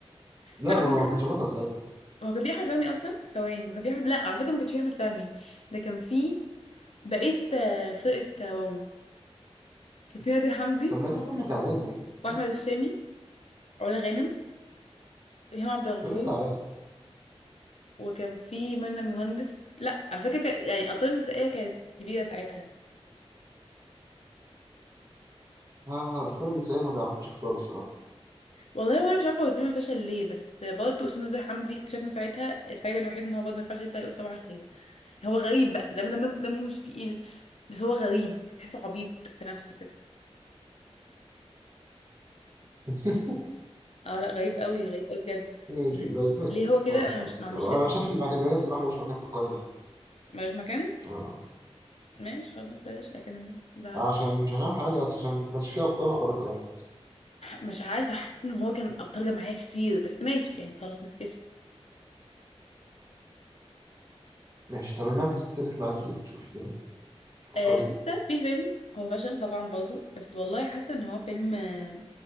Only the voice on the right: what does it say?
لا
ما
هو ما كانش بطل ساعتها
طب ما ده فيلم تعبان يعني
ايش
فيلم تعبان
آه الأسطورة النسائية ما بيعرفوش يختاروا الصراحة
<laughs>
ماشي
طيب ماشي
خلاص
خلاص
أنا
شايف إن الأكاديمية الصراحة ملوش مكان في القايمة يعني
آه
آه، عشان مش عشان حاجة بس عشان ما كانش فيه أبطال خارقة يعني
ماشي طب المركز التالت معاكي شوفي كده فكري